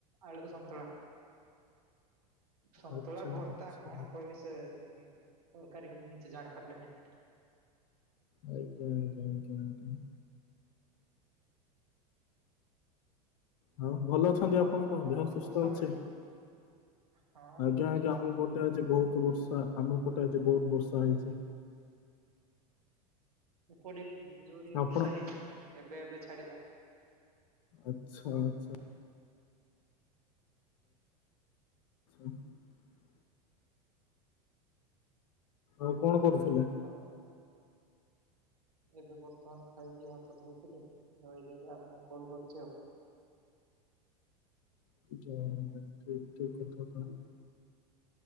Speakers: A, on the right (about 70°); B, on the left (about 55°).
A: ଆଳକୁ ସନ୍ତୁଳା। ସନ୍ତୁଳା
B: ଆଚ୍ଛା
A: ଭର୍ତ୍ତା
B: ଆଚ୍ଛା
A: କଣ
B: ଆଜ୍ଞା
A: କହିବି ସେ ତରକାରୀ ମୁଁ ନିଜେ ଜାଣି ପାରଲିନି।
B: ଆଜ୍ଞା ଆଜ୍ଞା ଆଜ୍ଞା ଆଜ୍ଞା। ହଁ ଭଲ ଅଛନ୍ତି
A: ଆଉ
B: ଆପଣ କ
A: ଆପଣଙ୍କ
B: ଦେହ
A: ଗୋଟେ
B: ସୁସ୍ଥ
A: ବର୍ଷା
B: ଅଛି
A: ହେଇଛି ହଁ
B: ଆଜ୍ଞା
A: ପୁରା
B: ଆଜ୍ଞା
A: ସୁସ୍ଥ
B: ଆମପ ଟରେ ଆଜି ବହୁତ ବର୍ଷା ଆମ ପଟେ ଆଜି ବହୁତ ବର୍ଷା ହେଇଛି।
A: ଏପଟେ ବି ଜୋରିଆ ବର୍ଷା
B: ଆପଣ
A: ହେଇଛି ପୁରା ଏବେ ଏବେ ଛାଡ଼ିଲା।
B: ଆଚ୍ଛା ଆଚ୍ଛା। <unintelligible> ଆଉ କଣ କରୁଥିଲେ?
A: ଆଉ ଏବେ ବର୍ତ୍ତମାନ ଖାଇକି ହାତ ଧଉଥିଲି ଧୋଇକି ଆପଣଙ୍କୁ କଲ କରୁଛି ଆଉ।
B: <unintelligible>